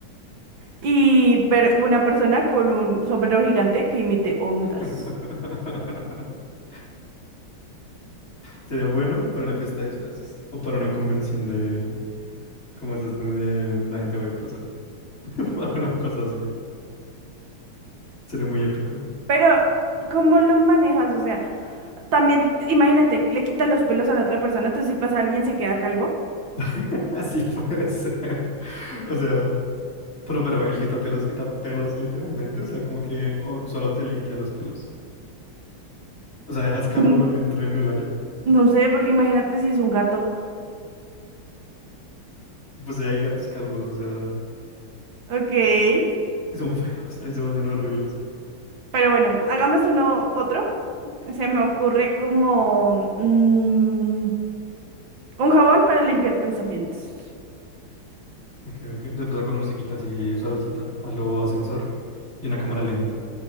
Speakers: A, on the right; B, on the left.
A: y ver una persona con un sombrero gigante que imite ondas.
B: <laughs> Sería bueno para una fiesta de disfraces o para una convención de como esas donde la gente va disfrazada. <laughs> Para una cosa así. Sería muy épico.
A: Pero, ¿cómo lo manejas? O sea, también, imagínate, le quitas los pelos a la otra persona, entonces si pasa alguien se queda calvo.
B: <laughs> Así puede ser. <laughs> O sea, pero pero el quitapelos quita pelos literalmente. O sea, como que o- solo te limpia los pelos. O sea, dejas calvo
A: Mm,
B: lo que entra en el área.
A: No sé, porque imagínate si es un gato.
B: Pues ya hay gatos calvos, o sea,
A: Ok,
B: y son feos, <laughs> ahí se van horribles.
A: pero bueno, hagamos uno otro. Se me ocurre como mm, un jabón para limpiar pensamientos.
B: Ok, ok. Empezar con musiquita así suavecita, a lo ascensor y una cámara lenta.